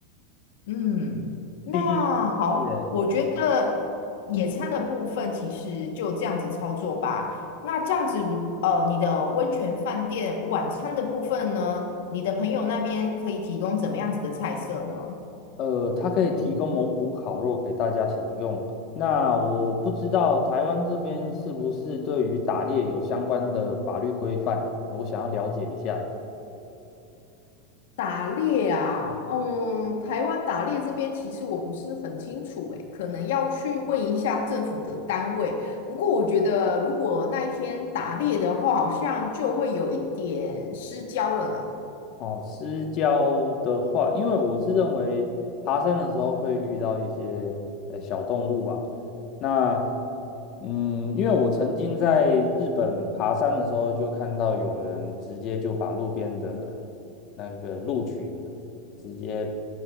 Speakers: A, on the left; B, on the left.
A: 嗯，那好，
B: 毕竟也
A: 我觉得野餐的部分其实就这样子操作吧。那这样子如，呃，你的温泉饭店晚餐的部分呢，你的朋友那边可以提供怎么样子的菜色呢？
B: 呃，它可以提供蒙古烤肉给大家享用。那我不知道台湾这边是不是对于打猎有相关的法律规范，我想要了解一下。
A: 打猎啊，嗯，台湾打猎这边其实我不是很清楚，诶，可能要去问一下政府的单位。不过我觉得，如果那一天打猎的话，好像就会有一点失焦了呢。
B: 哦，私交的话，因为我是认为爬山的时候会遇到一些呃小动物啊。那嗯，因为我曾经在日本爬山的时候，就看到有人直接就把路边的那个鹿群直接